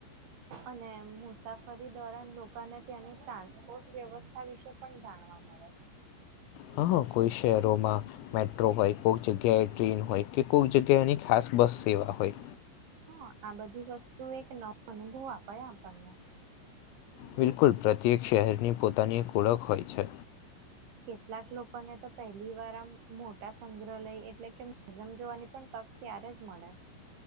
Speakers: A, on the right (about 65°); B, on the left (about 85°).
A: અને મુસાફરી દોરાન લોકોને ત્યાંની ટ્રાન્સપોર્ટ વ્યવસ્થા વિશે પણ જાણવા મળે છે
B: હા કોઈ શહેરોમાં મેટ્રો હોય કોઈક જગ્યાએ ટ્રેન હોય કે કોઈક જગ્યાની ખાસ બસ સેવા હોય
A: હ આ બધી વસ્તુ એક નવા ઓહ આપડ્યા આપણને
B: બિલકુલ પ્રત્યેક શહેરની પોતાની એક ઓળખ હોય છે
A: કેટલાક લોકોને તો પહેલી વાર આમ મોટ મોટા સંગ્રહાલય એટલે કે મ્યુઝિયમ જોવાની પણ તક ત્યારે જ મળે